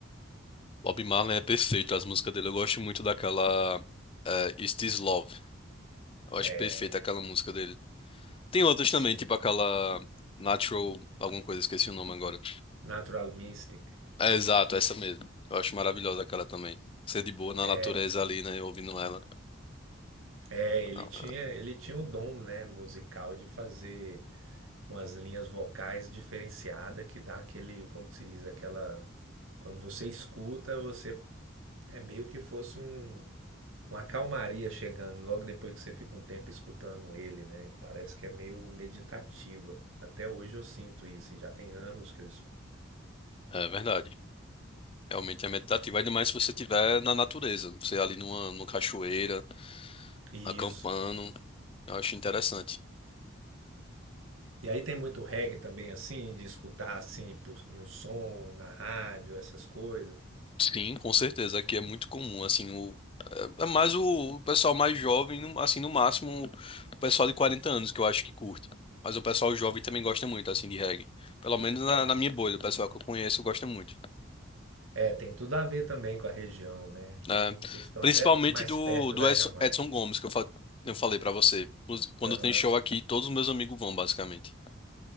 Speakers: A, on the left; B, on the right.
A: Bob Marley é perfeito, as músicas dele eu gosto muito daquela eh, Is This Love. Eu acho
B: É,
A: perfeita aquela música dele. Tem outras
B: sim,
A: também, tipo aquela Natural, alguma coisa, esqueci o nome agora.
B: Natural Mystic.
A: É, exato, essa mesmo. Eu acho maravilhosa aquela também. Ser de boa na
B: É,
A: natureza ali, né? Ouvindo ela.
B: é, ele
A: Não,
B: tinha, ele tinha o dom, né, musical de fazer Umas linhas vocais diferenciada que dá aquele, como que se diz, aquela quando você escuta, você é meio que fosse um, uma calmaria chegando logo depois que você fica um tempo escutando ele, né? Parece que é meio meditativa. Até hoje eu sinto isso, e já tem anos que eu escuto.
A: é verdade. Realmente é meditativo. Ainda mais se você estiver na natureza. Você ali numa, numa cachoeira,
B: Isso.
A: acampando. Eu acho interessante.
B: E aí tem muito reggae também, assim, de escutar assim por- no som, na rádio, essas coisas.
A: Sim, com certeza. Aqui é muito comum, assim, o é é mais o pessoal mais jovem, no- assim, no máximo o pessoal de 40 anos que eu acho que curte. Mas o pessoal jovem também gosta muito, assim, de reggae. Pelo menos na, na minha bolha, o pessoal que eu conheço gosta muito.
B: É, tem tudo a ver também com a região, né? Então
A: né?
B: vocês estão
A: principalmente
B: até mais
A: do,
B: perto
A: do
B: da
A: Edson,
B: Jamaica.
A: Edson Gomes, que eu, fa eu falei pra você. Inclusi- Quando
B: Aham.
A: tem show aqui, todos os meus amigos vão, basicamente.